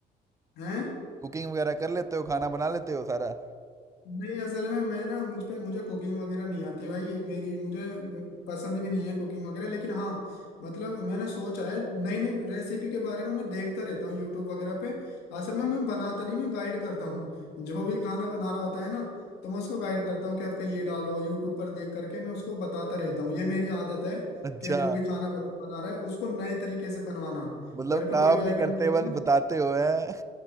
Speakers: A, on the left (about 80°); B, on the right (about 20°).
A: हैं
B: कुकिंग वगैरह कर लेते हो खाना बना लेते हो सारा
A: नहीं असल में मैं ना मुझ पे मुझे कुकिंग वगैरह नहीं आती भाई मेरी मुझे पसंद भी नहीं है कुकिंग वगैरह लेकिन हाँ मतलब मैंने सोचा है नई नई रेसिपी के बारे में मैं देखता रहता हूँ यूट्यूब वगैरह पे असल में मैं बनाता नहीं मैं गाइड करता हूँ जो भी खाना बना रहा होता है ना तो मैं उसको गाइड करता हूँ कि आपका ये डालो यूट्यूब पर देख करके मैं उसको बताता रहता हूँ ये मेरी आदत है
B: अच्छा
A: कि जो
B: <laughs>
A: भी खाना बत- बना रहा है उसको नए तरीके से बनवाना
B: मतलब
A: घर पे
B: काम
A: कोई भी
B: नहीं
A: आइटम
B: करते
A: बनेगा
B: बस बताते हो है